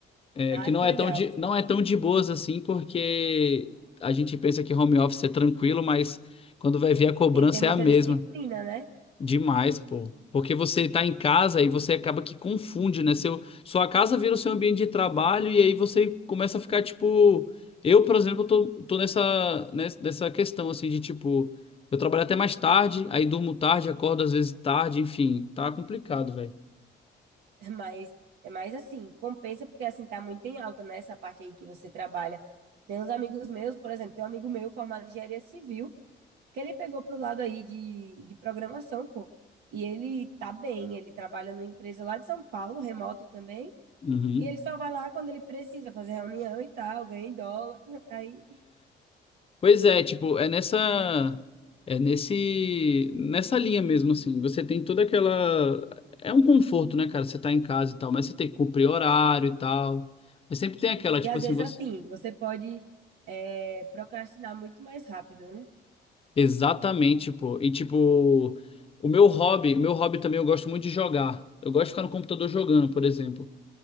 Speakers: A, on the left; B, on the right.
A: É,
B: Ah,
A: que não
B: que
A: é
B: legal.
A: tão de, não é tão de boas assim, porque a gente pensa que home office é tranquilo, mas quando vai ver a cobrança
B: Tem que ter muita
A: é a mesma.
B: disciplina, né?
A: Demais, pô. Porque você tá em casa e você acaba que confunde, né? Seu, sua casa vira o seu ambiente de trabalho e aí você começa a ficar tipo. Eu, por exemplo, tô, tô nessa, nessa, nessa questão assim de tipo. Eu trabalho até mais tarde, aí durmo tarde, acordo às vezes tarde, enfim, tá complicado, velho.
B: <laughs> Mas é mais assim, compensa porque assim tá muito em alta, né? Essa parte aí que você trabalha. Tem uns amigos meus, por exemplo, tem um amigo meu formado em engenharia civil. que ele pegou pro lado aí de, de programação, pô. E ele tá bem, ele trabalha numa empresa lá de São Paulo, remoto também.
A: Uhum.
B: E ele só vai lá quando ele precisa fazer reunião e tal, ganha em dólar. <laughs> Aí...
A: Pois é, tipo, é nessa é nesse nessa linha mesmo assim. Você tem toda aquela é um conforto, né, cara? Você tá em casa e tal, mas você tem que cumprir horário e tal. Mas sempre tem aquela, tipo
B: E às
A: assim,
B: vezes,
A: você
B: assim, você pode é, procrastinar muito mais rápido, né?
A: exatamente, tipo, e tipo, o meu hobby, o meu hobby também eu gosto muito de jogar. Eu gosto de ficar no computador jogando, por exemplo.